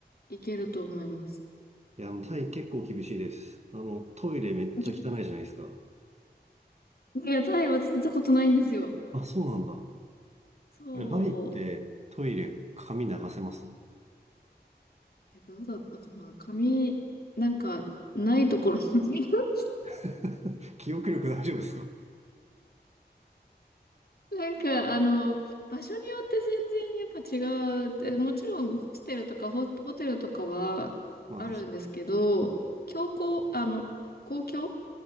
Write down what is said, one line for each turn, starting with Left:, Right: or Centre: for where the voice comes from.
Left: 行けると思います。
Right: いや、もうタイ結構厳しいです。あの、トイレめっちゃ汚いじゃないですか。
Left: <laughs> いや、タイ私行ったことないんですよ。
Right: あ、そうなんだ。
Left: そう。
Right: あれ、バリってトイレ髪流せます
Left: え、どうだったかな髪、なんか、ないところに <laughs>
Right: <laughs> 記憶力大丈夫ですか
Left: なんか、あの、場所によって全然やっぱ違う。でもちろん、ホステルとかホ、ホテルとかはあるんですけど、
Right: まあ確かに。
Left: 教皇、あの、公共